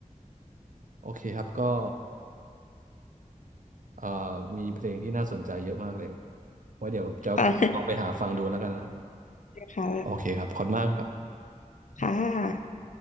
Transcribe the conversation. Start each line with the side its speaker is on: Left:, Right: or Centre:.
Right: โอเคครับก็เอ่อมีเพลงที่น่าสนใจเยอะมากเลยไว้เดี๋ยวจะลองไปหาฟังดูแล้วกันนะครับ
Left: ค่ะค่ะ
Right: โอเคครับขอบคุณมากครับ
Left: ค่ะ